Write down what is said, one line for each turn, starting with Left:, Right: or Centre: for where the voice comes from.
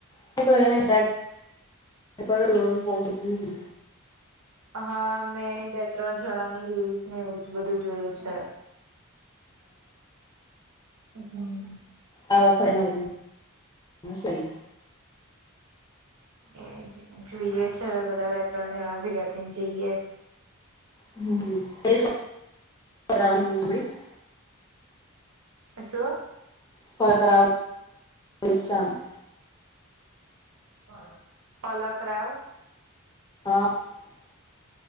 Left: <unintelligible>
Right: હા મેં બે ત્રણ જણાની રીલ્સ ને એવું જ બધું જોયું છે <unintelligible> હમ્મ
Left: આ વખર નવું હ સઈ
Right: એ <unintelligible> જોઈએ છ બધા બે ત્રણ જણા ભેગા થઈને જઈએ
Left: હમ્મ <unintelligible> એક રાઉન્ડ <inaudible>
Right: અસું?
Left: <unintelligible>
Right: <unintelligible> પલક રાવ
Left: <unintelligible>